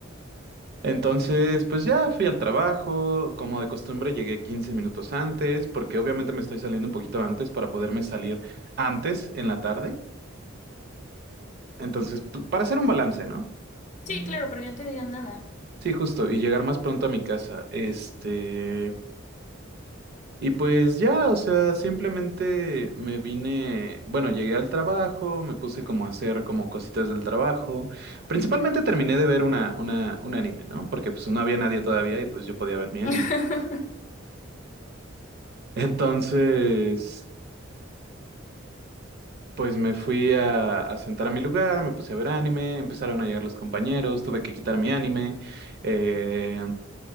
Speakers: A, on the right (about 50°); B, on the left (about 35°).
A: Entonces, pues ya fui al trabajo, como de costumbre llegué 15 minutos antes, porque obviamente me estoy saliendo un poquito antes para poderme salir antes en la tarde. Entonces, p- para hacer un balance, ¿no?
B: Sí, claro, para que no te digan nada.
A: Sí, justo, y llegar más pronto a mi casa. Este, Y pues ya, o sea, simplemente me vine, bueno, llegué al trabajo, me puse como a hacer como cositas del trabajo. Principalmente terminé de ver una, una, un anime, ¿no? Porque pues no había nadie todavía y pues yo podía ver mi anime.
B: <laughs>
A: <laughs> Entonces, pues me fui a, a sentar a mi lugar, me puse a ver anime, empezaron a llegar los compañeros, tuve que quitar mi anime. eh,